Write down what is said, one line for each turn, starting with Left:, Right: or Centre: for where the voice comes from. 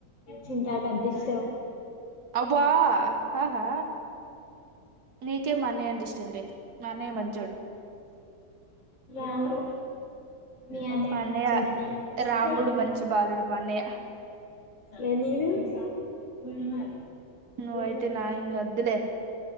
Left: చింతాకు అంటే ఇష్టం.
Right: అబ్బా ఆహా. నీకేం అన్నయ్య అంటే ఇష్టం లేదు మా అన్నయ్య మంచోడు.
Left: అవును. మీ అన్నయి
Right: మా అన్నయ్య
Left: మంచోడె నేనే మంచిదని
Right: రాముడు మంచి
Left: కాద్.
Right: బాలుడు మా అన్నయ్య
Left: ఎ నీను. రూమ్
Right: నువ్వైతే
Left: లో పెట్టినవ్
Right: నా ఇంగ వద్దులే